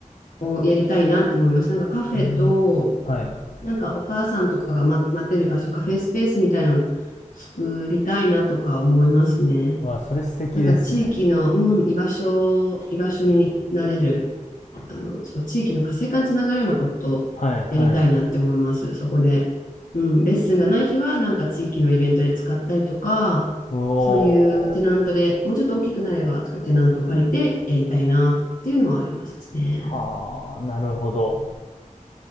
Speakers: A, on the left; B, on the left.
A: をやりたいなって思います。なんかカフェと、
B: うんはい
A: なんかお母さんとかが、ま、待ってる場所、カフェスペースみたいの作りたいなとか思いますね。
B: わあそれ素敵ですね
A: なんか地域の、うん、居場所、居場所になれる。あの、そう、地域の活性化につながるようなことをやりたいなって思います。
B: はいはい
A: そこで。うん、レッスンがない日は、なんか地域のイベントで使ったりとか、
B: うお
A: そういうテナントで、もうちょっと大きくなれば、そういうテナントを借りてやりたいなっていうのはありますね。
B: はあ、なるほど。